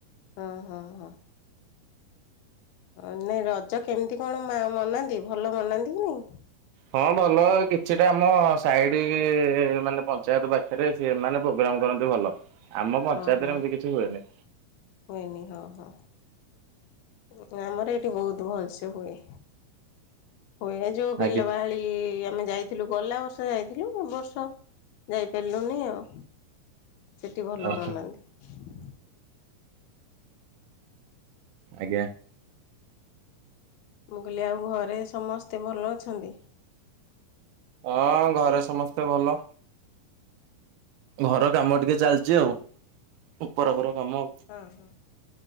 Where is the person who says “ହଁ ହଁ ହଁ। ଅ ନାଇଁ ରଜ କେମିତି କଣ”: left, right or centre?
Left